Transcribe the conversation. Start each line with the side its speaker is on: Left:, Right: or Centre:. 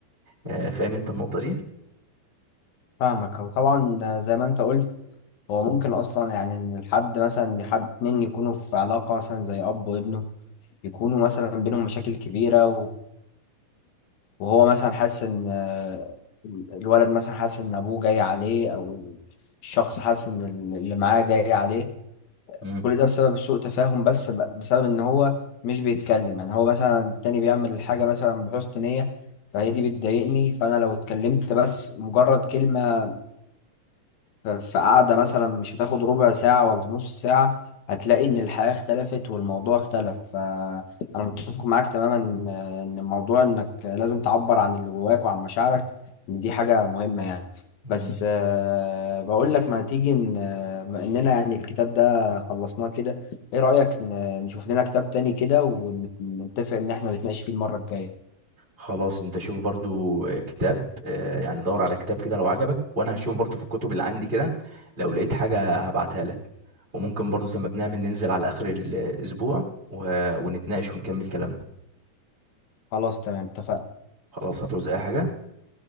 Right: آه، فاهم انت النقطه دي
Left: فاهمك هو طبعا زي ما انت قلت هو ممكن اصلا يعني ان الحد مثلا حد اتنين يكونوا في علاقة مثلا زي اب وابنه يكونوا مثلا بينهم مشاكل كبيرة وهو مثلا حاسس ان آه، الولد مثلا حاسس ان ابوه جاي عليه او الشخص حاسس ان اللي معاه جاي عليه
Right: مم.
Left: كل ده بسبب سوء تفاهم بس ب- بسبب ان هو مش بيتكلم يعني هو مثلا التاني بيعمل الحاجة مثلا بحسن نية فهي دي بتضايقني فانا لو اتكلمت بس مجرد كلمة ف- في قعدة مثلا مش هتاخد ربع ساعة ولا نص ساعة هتلاقي إن الحياة اختلفت والموضوع اختلف فأنا متفق معاك تماما إن إن موضوع إنك لازم تعبر عن اللي جواك وعن مشاعرك إن دي حاجة مهمة يعني
Right: مم.
Left: بس آه، بقول لك ما تيجي إن آه، بما إننا يعني الكتاب ده خلصناه كده إيه رأيك ن- نشوف لنا كتاب تاني كده ونتفق إن إحنا نتناقش فيه المرة الجاية
Right: خلاص انت شوف برضو كتاب آه، يعني دور على كتاب كده لو عجبك وانا هشوف برضو في الكتب اللي عندي كده لو لقيت حاجه هبعتها لك وممكن برضو زي ما بنعمل ننزل على اخر الاسبوع و- ونتناقش ونكمل كلامنا
Left: خلاص تمام اتفقنا
Right: خلاص هتعوز اي حاجه